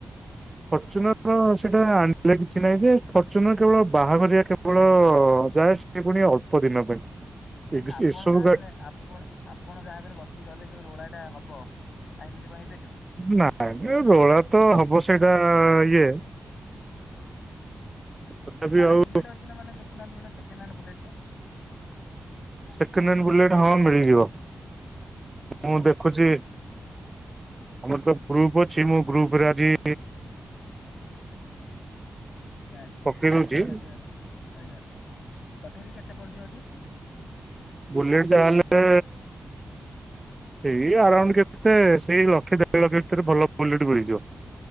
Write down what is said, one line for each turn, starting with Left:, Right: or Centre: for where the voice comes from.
Right: ଫର୍ଚୁନର ସେଇଟା ଆଣିଲେ କିଛି ନାହିଁ ଯେ ଫର୍ଚୁନର କେବଳ ବାହାଘରିଆ କେବଳ ହ ଯାହା ସେ ପୁଣି ଅଳ୍ପ ଦିନ ପାଇଁ।
Left: ନାଇ
Right: ଏ-
Left: ନା ଆପଣ
Right: ଏସବୁ
Left: ଯାହାବ
Right: ଗାଡି
Left: ଆପଣ ଆପଣ ଯାହାବ ବସିକି ଗଲେ ଯୋଉ ରୋଳା ଟା ହବ। <unintelligible>
Right: ନାଇଁ ରୋଳା ତ ହବ ସେଇଟା ଇଏ। ତଥାପି
Left: ଆପଣଙ୍କ ଆଡେ
Right: ଆଉ
Left: ବୁଲେଟ ଅଛି ନା ମାନେ ଦେଖୁନାହାନ୍ତି ଗୋଟେ ସେକଣ୍ଡ ହାଣ୍ଡ ବୁଲେଟ ଟେ।
Right: ସେକେଣ୍ଡ ହ୍ୟାଣ୍ଡ ବୁଲେଟ୍ ହଁ ମିଳିଯିବ
Left: ମିଳିଯିବ
Right: ମୁଁ ଦେଖୁଛି। ଆମର ତ ଗ୍ରୁପ ଅଛି ମୁଁ ଗ୍ରୁପ ରେ ଆଜି
Left: ଆଜ୍ଞା ଆଜ୍ଞା
Right: ପକେଇ ଦଉଛି
Left: ପଚାରଦିଅ ଆଜ୍ଞା ତଥାପି କେତେ ପଡିଯିବ ଟି?
Right: ବୁଲେଟ ଯା ହେଲେ ଏଇ ଆରାଉଣ୍ଡ କେତେ ସେଇ ଲକ୍ଷ ଦେଢ ଲକ୍ଷ ଭିତରେ ଭଲ ବୁଲେଟ ମିଳିଯିବ।